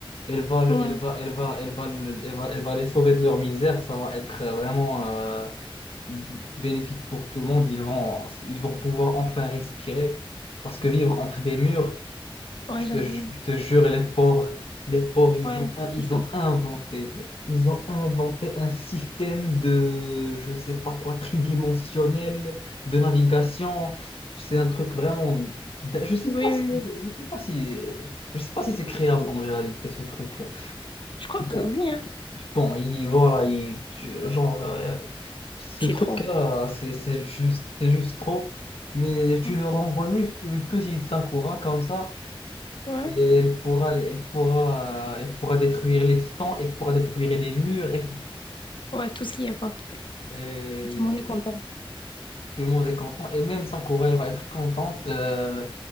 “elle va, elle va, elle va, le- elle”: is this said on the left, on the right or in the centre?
Left